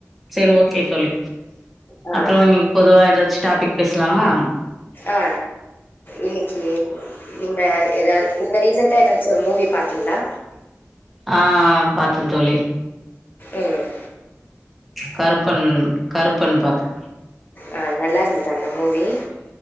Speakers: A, in the centre; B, on the left (about 40°).
A: சேரி ஓகே தோழி
B: ஆ
A: அப்றோ இன்னைக்கு பொதுவா ஏதாச்சு டாப்பிக் பேசலாமா
B: ஆ இன்னிக் <unintelligible> நீங்க எதாது நீங்க ரீசன்டா ஏதாச்சு ஒரு மூவி பாத்தீங்களா
A: ஆ பாத்தே தோழி
B: உம்
A: கருப்பன் கருப்பன் பாத்தே
B: ஆ நல்லா இருந் அந்த மூவி